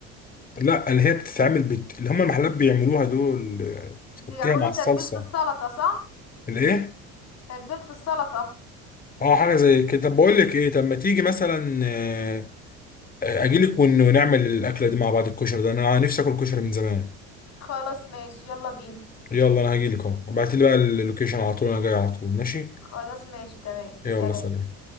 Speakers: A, on the left; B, on the left.
A: لا اللي هي بتتعمل بت... اللي هم المحلات بيعملوها دول آه، بتحطيها
B: بيعملوا
A: مع الصلصة
B: تتبيله السلطه صح
A: الايه
B: تتبيله السلطه
A: اه حاجة زي كده طب بقول لك ايه طب ما تيجي مثلا آه، آه، اجيلك ون... ونعمل الاكلة دي مع بعض الكشري ده انا نفسي اكل كشري من زمان
B: خلاص ماشي يلا بينا
A: يلا انا هجيلك اهو ابعتي لي بقى اللوكيشن على طول انا جاي على طول ماشي
B: خلاص ماشي تمام
A: يلا
B: سلام
A: سلام